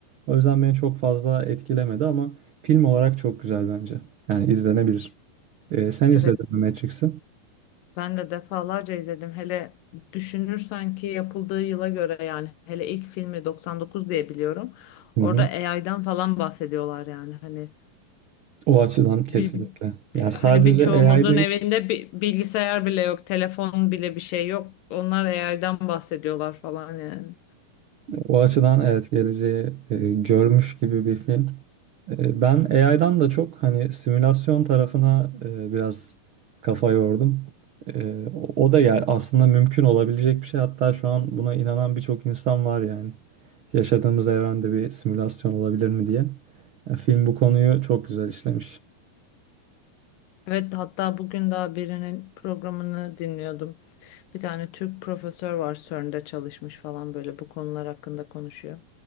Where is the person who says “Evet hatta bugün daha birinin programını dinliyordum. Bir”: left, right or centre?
Left